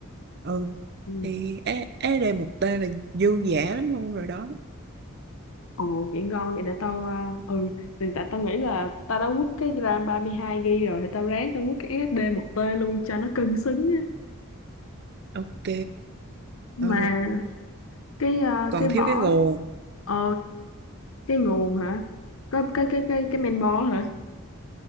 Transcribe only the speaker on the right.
ừ
thì SSD một tê là dư dả lắm luôn rồi đó
ok
Ờ,
còn
thiếu cái nguồn